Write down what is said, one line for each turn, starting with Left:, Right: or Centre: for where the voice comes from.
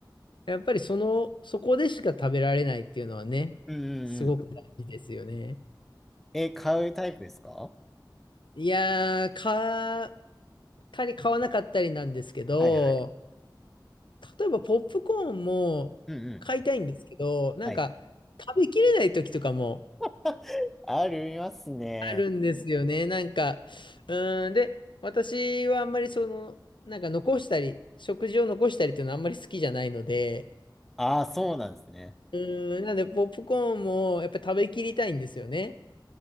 Left: やっぱりその、そこでしか食べられないっていうのはね、
Centre: うんうんうん。
Left: すごく大事ですよね。
Centre: え、買うタイプですかは
Left: いやー、か、たり買わなかったりなんですけど、
Centre: いはい。
Left: 例えばポップコーンも買いたいんですけど、
Centre: うんうん。
Left: なんか食べきれない時とかも
Centre: はい。<laughs> ありますね。
Left: あるんですよね。なんか、うーん、で、私はあんまりその、なんか残したり、食事を残したりっていうのはあんまり好きじゃないので、
Centre: ああ、そうなんですね。
Left: うーん、なんでポップコーンもやっぱり食べきりたいんですよね。